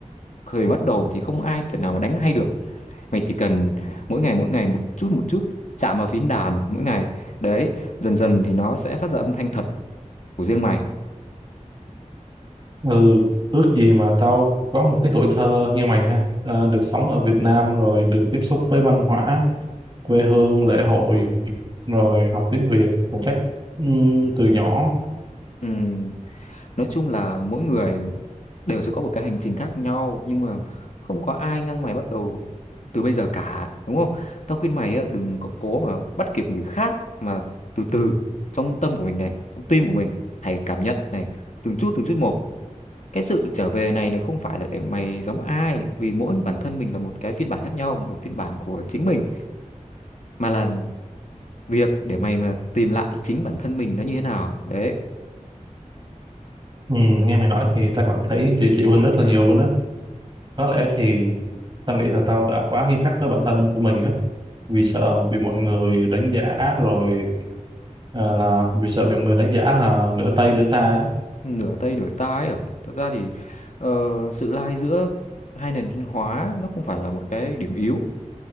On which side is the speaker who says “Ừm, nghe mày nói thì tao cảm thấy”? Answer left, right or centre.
Right